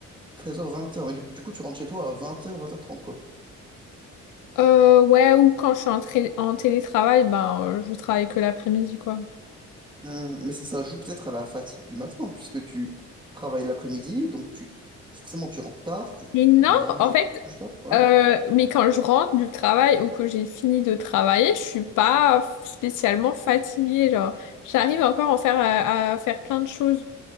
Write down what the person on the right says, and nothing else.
treize heures vingt heures Mais du, du coup, tu rentres chez toi à vingt heures vingt heures trente quoi.
Hum, mais ça, ça joue peut-être à la fatigue du matin, puisque tu travailles l'après-midi, donc tu forcément, tu rentres tard, tu
manges,
tu te couches tard, ouais.